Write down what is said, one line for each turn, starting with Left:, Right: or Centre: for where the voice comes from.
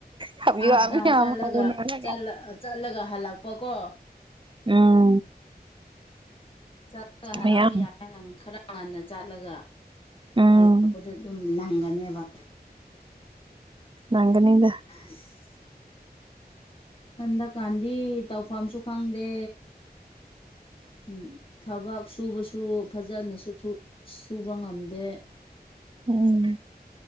Right: ꯈꯥꯕꯤꯌꯣ
Left: ꯑꯞ ꯗꯥꯎꯟ
Right: ꯃꯌꯥꯝ
Left: ꯆꯠꯂꯒ
Right: ꯍꯧꯅꯔꯒ
Left: ꯆꯠꯂꯒ ꯍꯜꯂꯛꯄ ꯀꯣ
Right: ꯎꯝ
Left: ꯆꯠꯂꯒ ꯍꯜꯂꯛꯄ
Right: ꯃꯌꯥꯝ
Left: ꯌꯥꯔꯦ ꯅꯪ ꯈꯔ ꯉꯟꯅ ꯆꯥꯠꯂꯒ
Right: ꯎꯝ
Left: ꯍꯜꯂꯛꯄꯗ ꯑꯗꯨꯝ ꯅꯪꯒꯅꯦꯕ
Right: ꯅꯪꯒꯅꯤꯗ
Left: ꯑꯁ ꯍꯟꯗꯛꯀꯥꯟꯗꯤ ꯇꯧꯐꯝꯁꯨ ꯈꯪꯗꯦ ꯎꯝ ꯊꯕꯛ ꯁꯨꯕꯁꯨ ꯐꯖꯅꯁꯨ ꯁꯨꯕ ꯉꯝꯗꯦ
Right: ꯎꯝ